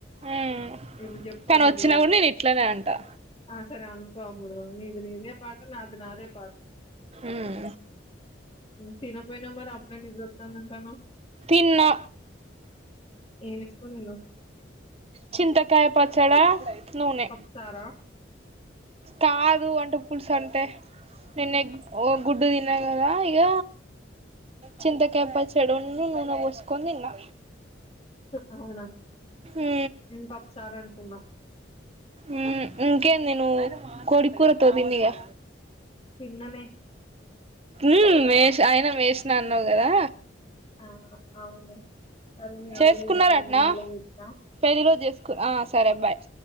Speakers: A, on the right (about 30°); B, on the left (about 25°).
A: ఉమ్
B: ఇప్పుడు చెప్పమ్ముడు
A: కానీ వచ్చినా కూడా నేను ఇట్లనే అంటా
B: ఆ సరే అనుకోఅమ్మడు నీది నీదే పాట నాది నాదే పాట
A: ఉమ్
B: చిన్నపోయిన మ ఇప్పుడే నిద్ర వత్తాందంటాను
A: తిన్నా
B: ఏమేసుకోనులో
A: చింతకాయ పచ్చడా నూనె
B: పప్పుచారా
A: కాదు అంటే పులుసు అంటే నిన్న ఎగ్ గుడ్డు తిన్నా కదా ఇగ చింతకాయ ప చెడును నూనె పోస్కొని తిన్న
B: అవునా
A: ఊ
B: నేను పప్పుచారు అనుకున్నా
A: ఊ ఇంకేంది నువ్వు కోడి కూర తో తిందిగా
B: తిన్ననే
A: ఊ మే ఆయన మేస్ ఇట్లా అన్నావు కదా
B: ఆ అవును సరే నేను
A: చేసుకున్నారటనా
B: అల్లుడు తెస్తాను మళ్ళా చేస్తా
A: పెళ్ళి లో చేసుకు సరే బాయ్